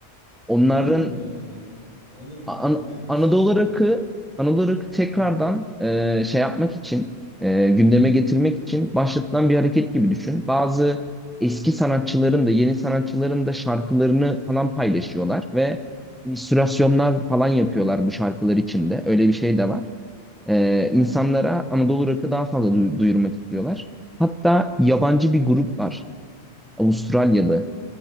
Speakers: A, in the centre; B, on the right.
A: Onların
B: Onu da bilmiyorum. Hayır. Onu da bilmiyorum.
A: An-
B: O ne nasıl
A: Anadolu
B: bir şey ya?
A: rock'ı Anadolu rock'ı tekrardan
B: Aha.
A: e, şey yapmak için e, gündeme getirmek için başlatılan bir hareket gibi düşün. Bazı eski sanatçıların da yeni sanatçıların da şarkılarını falan paylaşıyorlar ve illüstrasyonlar
B: <laughs>
A: falan yapıyorlar bu şarkılar içinde. Öyle bir şey de var. Ee, insanlara Anadolu rock'ı daha fazla duy- duyurmak istiyorlar. Hatta yabancı bir grup var. Avustralyalı.